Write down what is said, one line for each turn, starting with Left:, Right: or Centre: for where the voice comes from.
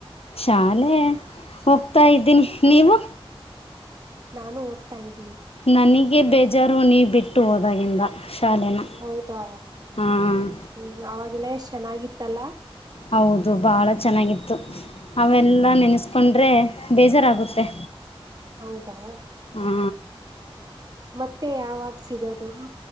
Left: ಶಾಲೆ ಹೋಗ್ತಾ ಇದ್ದೀನಿ ನೀವು.
Right: ನಾನು ಹೋಗ್ತಾ ಇದ್ದೀನಿ.
Left: ನನಗೆ ಬೇಜಾರು ನೀ ಬಿಟ್ಟು ಹೋದಾಗಿಂದ ಶಾಲೆನ.
Right: ಹೌದಾ
Left: ಹಾಂ
Right: ಹ್ಮ ಅವಾಗೆಲ್ಲ ಎಷ್ಟ್ ಚೆನ್ನಾಗಿತ್ತಲ್ಲಾ.
Left: ಹೌದು ಬಾಳ ಚೆನ್ನಾಗಿತ್ತು ಅವೆಲ್ಲ ನೆನೆಸ್ಕೊಂಡ್ರೆ ಬೇಜಾರಾಗುತ್ತೆ.
Right: ಹೌದಾ
Left: ಹಾ
Right: ಮತ್ತೆ ಯಾವಾಗ ಸಿಗೋದು.